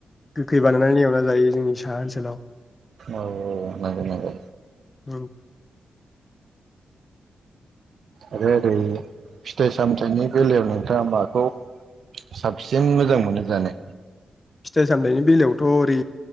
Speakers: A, on the left; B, on the right.
A: गोखै बानायनानै एवना जायो। जोंनि साहा ओनसोलाव
B: औ औ नंगौ नंगौ।
A: <inaudible>
B: आरो ओरै फिथाइ-सामथाइनि बेलायाव नोंथांङा माखौ साबसिन मोजां मोनो जानो?
A: फिथाइ-सामथाइनि बेलायावथ' ओरै